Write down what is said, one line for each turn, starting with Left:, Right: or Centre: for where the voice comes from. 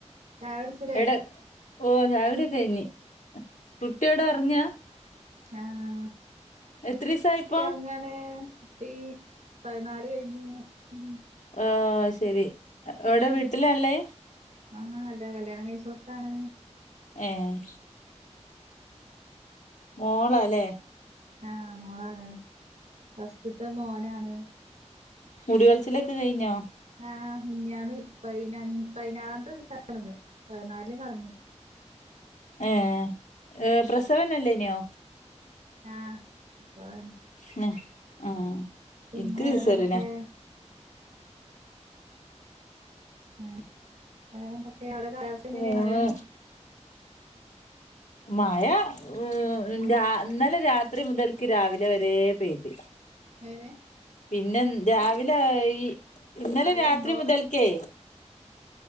Right: ചായ കുട്ച്ചിലെ?
Left: എടെ ഓ ചായുടി ക്കെ കയ്ഞ്ഞ്. കുട്ടി എവ്ടെ ഉറങ്ങാ?
Right: ആഹ
Left: എത്രീസായിപ്പോ
Right: കുട്ടി ഒറ്ങ്ങാണ് കുട്ടീ പതിനാല് കഴിഞ്ഞു ഉം
Left: ഓ ശരി എവിടെ
Right: വേറെന്ത
Left: വീട്ടിലാള്ളേ
Right: <unintelligible> ആ അല്ല കല്യാണങ്കയ്ച്ചു കൊട്ത്താണ്..
Left: ഏഹ് മോളാലേ
Right: ആഹ് മോളാണ് ഫസ്റ്റുത്തെ മോനാണ്
Left: മുടികൾച്ചിലൊക്കെ കെയ്ഞ്ഞോ?
Right: ആഹ് മിഞ്ഞാന്ന്, പതിന, പതിനാറാമത്തെ ദിവസ കന്ന് പതിനാൽന് കളഞ്ഞു
Left: ഏഹ് ഏഹ്, പ്രസവന്നല്ല്യേനോ?
Right: ആഹ് സവാണ്
Left: അഹ് ആ
Right: പിന്നെ
Left: ഇൻക്ക് സിസേറിയനാ
Right: വേറെന്തൊക്കെ ഏഹ് വേറെന്തൊക്കെ, അവടെ കാലാവസ്ഥങ്ങനെ,
Left: മൂന്ന്
Right: മഴണ്ടോ?
Left: മയാ ഉം രാ ഇന്നലെ രാത്രി മുതൽക്ക് രാവിലെ വരേ പെയ്ത്
Right: ഏങ്ങനെ..
Left: പിന്നെ രാവിലെ ഈ ഇന്നലെ
Right: മഴ
Left: രാത്രി
Right: ഉണ്ടോ
Left: മുതൽക്കേ